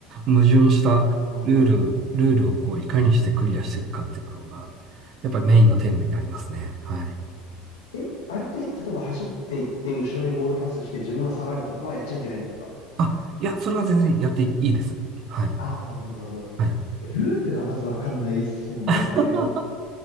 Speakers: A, on the right (about 50°); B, on the left (about 85°).
A: 矛盾したルール、
B: あ
A: ルールをこう、いかにしてクリアしていくかっていうのが、やっぱりメインのテーマになりますね。はい。
B: あ、え、あれって、例えば走っていって、後ろにボールパスして自分は下がるとかはやっちゃいけないんですか
A: あ、いや、それは全然やっていいです。はい。
B: ああー、なるほど、なるほど。
A: はい。
B: えルールがまずわかんないですもんね。
A: <laughs>